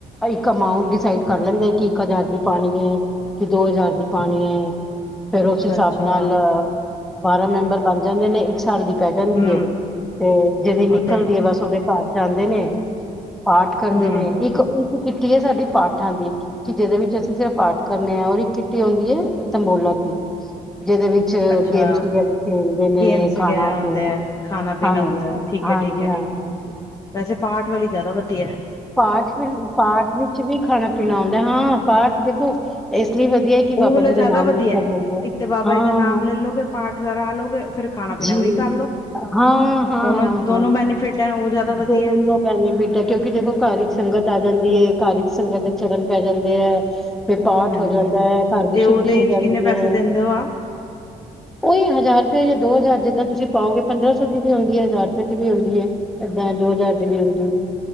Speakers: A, in the centre; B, on the left.
A: ਇੱਕ ਅਮਾਊਂਟ ਡਿਸਾਈਡ ਕਰ ਲੈਂਦੇ, ਕਿ ਇੱਕ ਹਜ਼ਾਰ ਦੀ ਪਾਣੀ ਐ। ਕਿ ਦੋ ਹਜ਼ਾਰ ਦੀ ਪਾਣੀ ਐ ਫੇਰ
B: ਅੱਛਾ
A: ਉਸ ਹਿਸਾਬ
B: ਅੱਛਾ
A: ਨਾਲ ਬਾਰਾਂ ਮੈਂਬਰ ਬਣ ਜਾਂਦੇ ਨੇ, ਇੱਕ ਸਾਲ ਦੀ ਪੈ ਜਾਂਦੀ
B: ਹੂੰ,
A: ਏ ਤੇ ਜਿਹਦੀ ਨਿਕਲਦੀ
B: ਉਤੇ
A: ਏ ਬਸ ਉਹਦੇ ਘਰ ਜਾਂਦੇ ਨੇ ਪਾਠ ਕਰਦੇ
B: ਹੂੰ,
A: ਨੇ ਇੱਕ ਉਕ ਕਿਟੀ ਏ ਸਾਡੀ ਪਾਠਾਂ ਦੀ ਕਿ ਜਿਹਦੇ ਵਿੱਚ ਅਸੀਂ ਸਿਰਫ ਪਾਠ ਕਰਨੇ ਆ, ਔਰ ਇਕ ਕਿੱਟੀ ਆਦੀ ਏ ਤਬੋਲਾ ਦੀ <inaudible> ਜਿਹਦੇ ਵਿੱਚ
B: ਅੱਛਾ।
A: ਗੇਮਸ ਵਗੈਰਾ ਖੇਲਦੇ ਨੇ
B: ਗੇਮਸ
A: ਖਾਣਾ
B: ਵਗੈਰਾ ਹੁੰਦੇ
A: ਪੀਣਾ,
B: ਐ, ਖਾਣਾ ਪੀਣਾ
A: ਹਾਂਜੀ
B: ਹੁੰਦਾ
A: ਹਾਂ
B: ਐ, ਠੀਕ
A: ਹਾਂਜੀ-ਹਾਂਜੀ
B: ਐ, ਠੀਕ ਐ, ਠੀਕ ਐ।
A: ਜੀ।
B: ਵੈਸੇ ਪਾਠ ਵਾਲੀ ਜ਼ਿਆਦਾ ਵਧੀਆ ਐ।
A: ਪਾਠ-ਪਾਠ ਵਿੱਚ ਵੀ ਖਾਣਾ ਪੀਣਾ ਆਦਾ ਐ ਹਾਂ ਪਾਠ ਦੇਖੋ ਇਸ ਲਈ ਵਧੀਆ ਕਿ
B: ਉਹ
A: ਬਾਬਾ
B: ਵਾਲਾ
A: ਜੀ
B: ਜ਼ਿਆਦਾ
A: ਦਾ ਨਾਮ
B: ਵਧੀਆ
A: ਲਿੱਤਾ
B: ਐ
A: ਜਾਂਦਾ
B: ਇੱਕ ਤੇ ਬਾਬਾ
A: ਹਾਂ
B: ਦਾ ਨਾਮ ਲੈਲੋਗੇ ਪਾਠ ਕਰਾ ਲੋਗੇ ਫੇਰ ਖਾਣਾ ਪੀਣਾ
A: ਜੀ
B: ਵੀ ਕਰਲੋ।
A: ਹਾਂ, ਹਾਂ,
B: ਦੋਨੋ-ਦੋਨੋ
A: ਹਾਂ, ਹਾਂ
B: ਬੈਨੀਫਿਟ ਐ ਉਹ ਜ਼ਿਆਦਾ ਵਧੀਆ,
A: ਦੋਨੋ ਬੈਨੀਫਿਟ ਐ ਕਿਉਂਕਿ ਦੇਖੋ ਕਰ ਇਕ ਸੰਗਤ ਆ ਜਾਂਦੀ, ਏ ਕਰ ਸੰਗਤ ਦੇ ਚਰਨ ਪੈ ਜਾਂਦੇ ਐ ਵੀ ਪਾਠ
B: ਹਾਂਜੀ
A: ਹੋ ਜਾਂਦਾ
B: ਹਾਂਜੀ।
A: ਐ, ਘਰ ਦੀ
B: ਤੇ ਉਹਦੇ
A: ਸ਼ੁੱਧੀ ਹੋ
B: ਵਿੱਚ
A: ਜਾਂਦੀ
B: ਕਿੰਨੇ ਪੈਸੇ
A: ਐ।
B: ਦਿੰਦੇ ਹੋ ਆਪ?
A: ਉਹੀ ਹਜ਼ਾਰ ਤੇ ਉਹੀ ਓ ਦੋ ਹਜ਼ਾਰ ਜਿੱਦਾਂ ਤੁਸੀਂ ਪਾਓਗੇ, ਪੰਦਰਾਂ ਸੌ ਦੀ ਵੀ ਆਉਂਦੀ ਐ ਹਜ਼ਾਰ ਰੁਪਏ ਦੀ ਵੀ ਆਉਂਦੀ ਐ। ਏਦਾਂ ਦੋ ਹਜ਼ਾਰ
B: ਅੱਛਾ
A: ਦੀ ਵੀ
B: ਅੱਛਾ
A: ਆਦੀ ਐ,